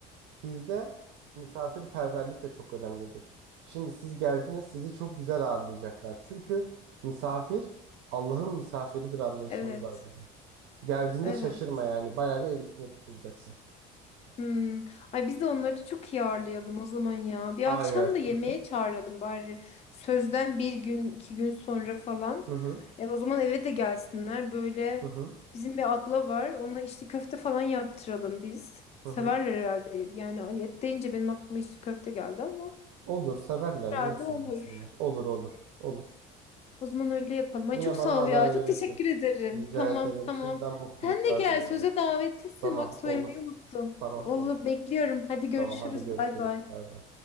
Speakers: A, on the right; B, on the left.
A: Bizde misafirperverlik de çok önemlidir. Şimdi siz geldiniz, sizi çok güzel ağırlayacaklar. Çünkü misafir Allah'ın misafiridir anlayışımız
B: Evet,
A: var bizim. Geldiğinde
B: evet.
A: şaşırma yani. Bayağı bir el üstünde tutulacaksın.
B: Hmm. Ay biz de onları çok iyi ağırlayalım o zaman ya. Bir
A: Aynen.
B: akşam da yemeğe
A: Hı hı.
B: çağıralım bari. Sözden bir gün, iki gün sonra falan.
A: Hı hı.
B: E, o zaman eve de gelsinler. Böyle
A: Hı hı.
B: bizim bir abla var. Ona içli köfte falan yaptıralım biz.
A: Hı
B: Severler
A: hı.
B: herhalde. Yani et deyince benim aklıma içli köfte geldi ama
A: Olur severler.
B: herhalde
A: Niye sevmesinler?
B: olur.
A: Olur olur. Olur.
B: O zaman öyle yapalım.
A: Yine
B: Ay çok
A: bana
B: sağ ol
A: haber
B: ya. Çok
A: verirsin.
B: teşekkür ederim.
A: Rica
B: Tamam,
A: ederim.
B: tamam.
A: Şimdiden mutluluklar
B: Sen de gel.
A: diliyorum.
B: Söze davetlisin.
A: Tamam
B: Bak söylemeyi
A: olur.
B: unuttum.
A: Tamam
B: Vallahi
A: olur.
B: bekliyorum. Hadi görüşürüz.
A: Tamam hadi görüşürüz.
B: Bay bay.
A: Bay bay.